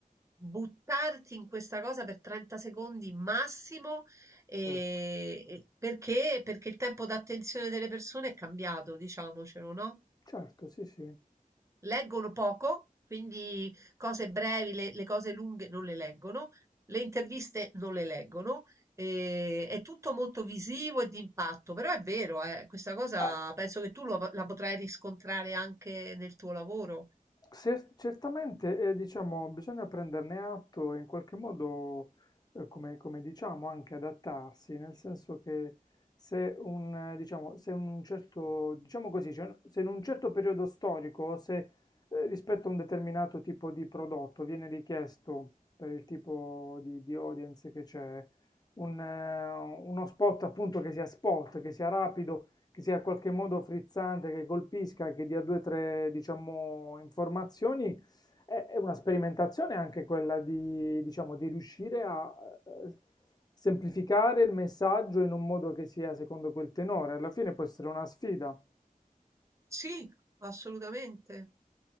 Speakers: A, on the right; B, on the left.
A: buttarti in questa cosa per 30 secondi massimo e-
B: certo,
A: e- perché? Perché il tempo d'attenzione delle persone è cambiato, diciamocelo, no?
B: certo, sì, sì.
A: Leggono poco, quindi cose brevi, le, le cose lunghe non le leggono, le interviste non le leggono, e- è tutto molto visivo e di impatto, però è vero, eh, questa cosa
B: Eh,
A: penso che tu lo- la potrai riscontrare anche nel tuo lavoro.
B: Cer- certamente, eh, diciamo, bisogna prenderne atto e in qualche modo, eh, come, come diciamo, anche adattarsi, nel senso che se un, eh, diciamo, se un certo, diciamo così, cioè, se in un certo periodo storico, o se eh, rispetto a un determinato tipo di prodotto viene richiesto per il tipo di, di audience che c'è, un, eh, uno spot appunto che sia spot, che sia rapido, che sia in qualche modo frizzante, che colpisca, che dia due o tre, diciamo, informazioni, è, è una sperimentazione anche quella di, diciamo, di riuscire a eh, semplificare il messaggio in un modo che sia secondo quel tenore. Alla fine può essere una sfida.
A: Sì, assolutamente.